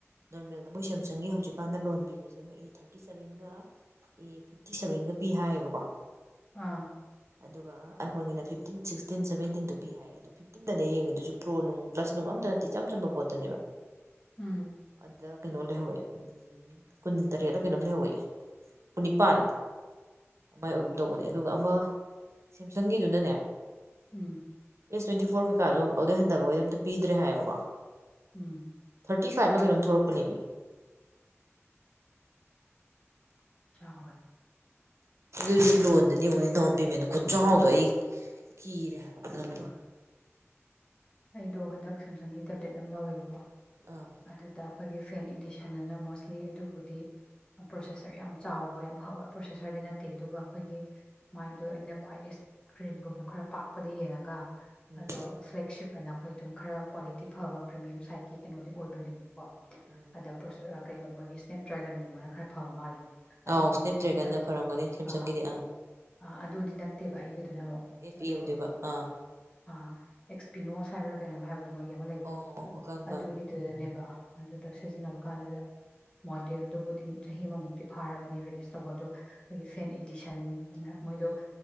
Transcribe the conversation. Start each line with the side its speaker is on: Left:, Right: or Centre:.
Right: ꯅꯣꯔꯃꯦꯜꯗ ꯃꯣꯏ ꯁꯦꯝꯁꯪꯒꯤ ꯍꯧꯖꯤꯛꯀꯥꯟꯗ ꯂꯣꯟ ꯄꯤꯕꯁꯦ ꯑꯃ ꯑꯦ ꯊꯥꯔꯇꯤ ꯁꯚꯦꯟꯒ ꯑꯦ ꯐꯤꯞꯇꯤ ꯁꯚꯦꯟꯒ ꯄꯤ ꯍꯥꯏꯌꯦꯕꯀꯣ
Left: ꯑꯥ
Right: ꯑꯗꯨꯒ ꯑꯏꯐꯣꯟꯅꯒꯤꯅꯥ ꯐꯤꯞꯇꯤꯟ ꯁꯤꯛꯁꯇꯤꯟ ꯁꯕꯦꯟꯇꯤꯟꯗꯣ ꯄꯤ ꯍꯥꯏ ꯑꯗꯨ ꯐꯤꯞꯇꯤꯟꯗꯅꯦ ꯌꯦꯡꯉꯗꯨꯁꯨ ꯄ꯭ꯔꯣ ꯅꯨꯡ ꯄ꯭ꯂꯁ ꯅꯨꯡ ꯑꯝꯇꯅꯗꯤ ꯏꯆꯝ ꯆꯝꯕ ꯄꯣꯠꯇꯅꯦꯕ
Left: ꯎꯝ
Right: ꯑꯗꯥ ꯀꯩꯅꯣ ꯂꯩꯍꯧꯋꯦ ꯀꯨꯟ ꯇꯔꯦꯠꯂ ꯀꯩꯅꯣꯝ ꯂꯩꯍꯧꯋꯦ ꯀꯨꯟꯅꯤꯄꯥꯟ ꯃꯥꯏ ꯑꯣꯏꯒꯨꯝ ꯇꯧꯕꯅꯦ ꯑꯗꯨꯒ ꯑꯃ ꯁꯦꯝꯁꯪꯒꯤꯗꯨꯅꯅꯦ
Left: ꯎꯝ
Right: ꯏꯁ ꯇ꯭ꯋꯦꯟꯇꯤ ꯐꯣꯔ ꯀꯩꯀꯥꯗꯣ ꯑꯗꯨꯗꯩ ꯍꯟꯊꯕꯒꯩꯗꯤ ꯑꯝꯇ ꯄꯤꯗ꯭ꯔꯦ ꯍꯥꯏꯕꯀꯣ
Left: ꯎꯝ
Right: ꯐꯥꯏꯚꯇꯤ ꯐꯥꯏꯚꯂꯥ ꯀꯩꯅꯣꯝ ꯊꯣꯛꯂꯛꯄꯅꯦꯃꯤ
Left: ꯆꯥꯎꯑꯦ
Right: ꯑꯗꯨ ꯂꯣꯟꯗꯅꯦ ꯌꯦꯡꯉꯨꯅꯦ ꯗꯥꯎꯟ ꯄꯦꯃꯦꯟꯠꯇꯥꯅꯦ ꯈꯨꯆꯥꯎꯗꯣ ꯑꯩ ꯀꯤꯔꯦ ꯍꯥꯏꯕꯥꯥ ꯅꯪꯕꯣ
Left: ꯑꯩꯗꯣ ꯍꯟꯗꯛ ꯁꯦꯝꯁꯪꯒꯤ ꯇꯦꯕ꯭ꯂꯦꯠ ꯑꯃ ꯂꯧꯋꯦꯕꯀꯣ
Right: ꯑꯥ
Left: ꯑꯠꯇ ꯑꯩꯈꯣꯏꯒꯤ ꯐꯦꯟ ꯏꯗꯤꯁꯟꯅ ꯃꯣꯁꯂꯤ ꯑꯗꯨꯕꯨꯗꯤ ꯄ꯭ꯔꯣꯁꯦꯁꯔ ꯌꯥꯝ ꯆꯥꯎꯕ ꯌꯥꯝ ꯐꯕ ꯄ꯭ꯔꯣꯁꯦꯁꯔꯗꯤ ꯅꯠꯇꯦ ꯑꯗꯨꯒ ꯑꯩꯈꯣꯏꯒꯤ ꯃꯥꯏꯗꯣ ꯑꯩꯅ ꯈ꯭ꯋꯥꯏꯗꯒꯤ ꯏꯁ꯭ꯀ꯭ꯔꯤꯟꯒꯨꯝꯗꯣ ꯈꯔ ꯄꯥꯛꯄꯗ ꯌꯦꯡꯉꯒ
Right: ꯎꯝ
Left: ꯑꯗꯣ ꯐ꯭ꯂꯦꯛꯁꯤꯞ ꯑꯗꯨꯅ ꯑꯩꯈꯣꯏ ꯑꯗꯨꯝ ꯈꯔ ꯀ꯭ꯋꯥꯂꯤꯇꯤ ꯐꯕ ꯄ꯭ꯔꯤꯃꯤꯌꯝ ꯁꯥꯏꯠꯀꯤ ꯀꯩꯅꯣꯗꯤ ꯑꯣꯏꯕꯅꯦꯕꯀꯣ
Right: ꯎꯝ
Left: ꯑꯗ ꯄ꯭ꯔꯣꯁ ꯀꯩꯕ ꯃꯣꯏꯒꯤ ꯁ꯭ꯅꯦꯞ ꯗ꯭ꯔꯦꯒꯟꯒꯨꯝꯕꯅ ꯈꯔ ꯐꯕ ꯃꯥꯜꯂꯦ ꯑꯗꯨꯒꯨꯝꯕ
Right: ꯑꯥꯎ ꯁ꯭ꯅꯦꯞ ꯗ꯭ꯔꯦꯒꯟꯅ
Left: ꯅꯠꯇꯕ
Right: ꯐꯔꯝꯒꯅꯤ ꯁꯦꯝꯁꯪꯒꯤꯗꯤ
Left: ꯑꯥ ꯑꯥ ꯑꯗꯨꯗꯤ ꯅꯠꯇꯦꯕ ꯑꯩ ꯑꯥꯥꯗꯨꯒꯤꯗꯨꯅꯃꯨꯛ
Right: ꯑꯦꯐ
Left: ꯑꯗꯣ
Right: ꯏ ꯑꯣꯏꯗꯣꯏꯕ ꯑꯥ
Left: ꯑꯥꯥ <inaudible> ꯀꯩꯅꯣꯝ ꯍꯥꯏꯕ ꯑꯗꯨ ꯃꯣꯏꯒꯤ ꯑꯃ ꯂꯩꯕꯗꯣ
Right: ꯑꯣ ꯑꯣ ꯈꯪꯉꯦ
Left: ꯑꯗꯨꯒꯤꯗꯨꯗꯅꯦꯕ
Right: ꯈꯪꯉꯦ
Left: ꯑꯗꯨꯗ ꯁꯤꯖꯤꯟꯅꯕ ꯀꯥꯟꯗꯨꯗ ꯃꯣꯗꯦꯜꯗꯨꯕꯨꯗꯤ ꯆꯍꯤ ꯑꯃꯃꯨꯛꯇꯤ ꯐꯥꯔꯕꯅꯤ ꯔꯤꯂꯤꯁ ꯇꯧꯕ ꯑꯗꯨꯗꯣ ꯑꯩꯈꯣꯏꯒꯤ ꯐꯦꯟ ꯏꯗꯤꯁꯟ ꯑꯗꯨ ꯃꯣꯏꯗꯣ
Right: ꯎꯝ